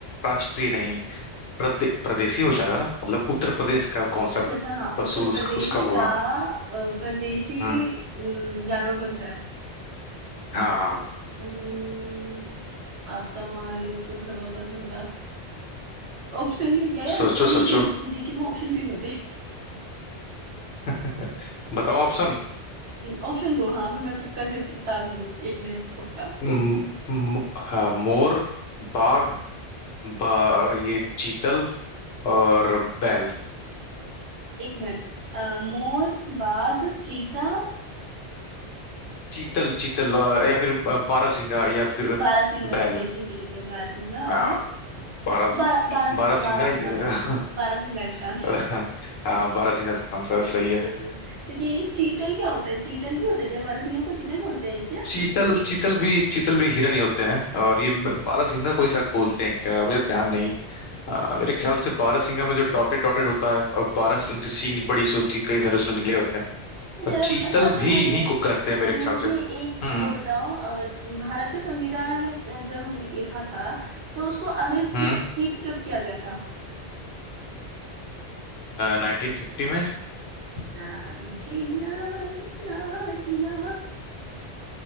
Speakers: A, on the left; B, on the right.
A: राष्ट्रीय नहीं प्रदे, प्रदेशी हो जाएगा ना मतलब उत्तर प्रदेश का कौन सा
B: अच्छा अच्छा हाँ
A: पशु
B: उत्तर
A: उस,
B: प्रदेश
A: उसका वो
B: का
A: हाँ
B: अ, परदेशी
A: हम्म,
B: अम, जानवर कौन सा है
A: हाँ हाँ
B: अम्म, आपका मान लो कौन सा होगा कौन सा होगा ऑप्शन नहीं क्या यार
A: सोचो
B: जीके
A: सोचो
B: में जीके में ऑप्शन क्यों नहीं होते
A: <laughs> बताओ ऑप्शन
B: <laughs> ऑप्शन दो हाँ फिर मैं तुक्का झड़ के बता दूंगी एक ना एक तो पक्का
A: म- म- हाँ, मोर बाघ ब- और ये चीतल और बैल
B: एक मिनट अ, मोर बाघ चीता
A: चीतल चीतल अ, या फिर अ, बारहसिंगा या फिर
B: बारहसिंगा
A: बैल
B: ओके ठीक है ठीक है बारहसिंगा और
A: ना बारह
B: बारह बारहसिंगा
A: बारहसिंगा
B: बारहसिंगा
A: ये <laughs>
B: बारहसिंगा इसका
A: <laughs> हाँ बारहसिंगा इसका आंसर है, सही
B: हाँ,
A: है
B: क्योंकि ये चीतल क्या होता है चीतल भी होता है क्या बारहसिंगा को चीतल बोलते हैं क्या
A: चीतल चीतल भी चीतल भी हिरण ही होते हैं और ये म- बारहसिंगा कोई शायद बोलते हैं क्या मुझे ध्यान नहीं आ, मेरे ख्याल से बारहसिंगा में जो डॉटेड डॉटेड होता है और बारह सिंह उनकी सींग बड़ी सी होती है कई सारे उसमें निकले होते हैं और
B: जरा
A: चीतल
B: अच्छा अच्छा
A: भी
B: मुझे
A: इन्हीं को कहते हैं मेरे
B: मुझे
A: ख्याल से हम्म
B: एक वो बताओ अ, भारत का संविधान अ, जब हम लिखा था तो उसको अंग्रेजीकृत
A: हम्म
B: कब किया गया था
A: नाइनटीन फिफ्टी में
B: ना जीना ना जीना